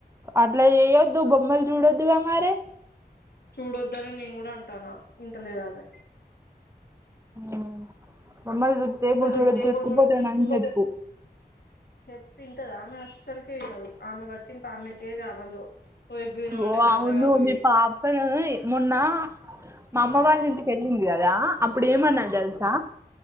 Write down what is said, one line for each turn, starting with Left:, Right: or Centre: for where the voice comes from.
Right: అట్లా చెయ్యొద్దు. బోమ్మల్ చూడొద్దు కదా మరి.
Left: ఇప్పుడు వద్దాని నేను కూడా అంటాను వింటలేదామే.
Right: ఆహ్మ్ బొమ్మల్ జుత్తే
Left: కుదిరితే
Right: బుచోడు వచ్చి ఎతకపోతాడు
Left: బుజ్జోడు తీసుకుపోతే
Right: అని చెప్పు.
Left: చెప్తే వింటద ఆమె అస్సలుకే ఇనాదు ఆమె పట్టింపు ఆమెకే కావాలో. ఓ ఎగ్ తినమంటే
Right: ఓ
Left: శాత
Right: అవును
Left: కాదు
Right: మీ పాపను మొన్న. మా అమ్మ వాళ్ళ ఇంటికెళ్ళింది కదా అప్పుడు ఏమన్నది తెలుసా.